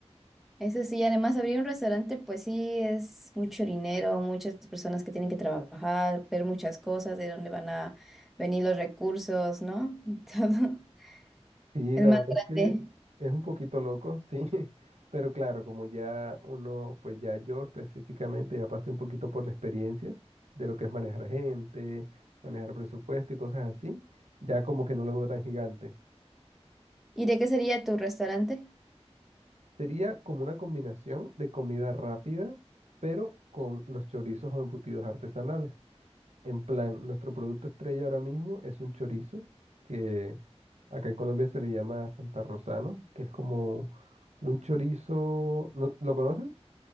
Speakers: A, in the centre; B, on the right.
A: Eso sí, además abrir un restaurante, pues sí, es mucho dinero, muchas personas que tienen que trabajar, ver muchas cosas, de dónde van a venir los recursos, ¿no? Y todo. <laughs>
B: Sí,
A: Es
B: la
A: más
B: verdad
A: grande.
B: es que es un poquito loco, sí, <laughs> pero claro, como ya uno, pues ya yo específicamente ya pasé un poquito por la experiencia de lo que es manejar gente, manejar presupuesto y cosas así, ya como que no lo veo tan gigante.
A: ¿Y de qué sería tu restaurante?
B: Sería como una combinación de comida rápida, pero con los chorizos o embutidos artesanales. En plan, nuestro producto estrella ahora mismo es un chorizo, que acá en Colombia se le llama Santa Rosano, que es como un chorizo, ¿no, lo conoces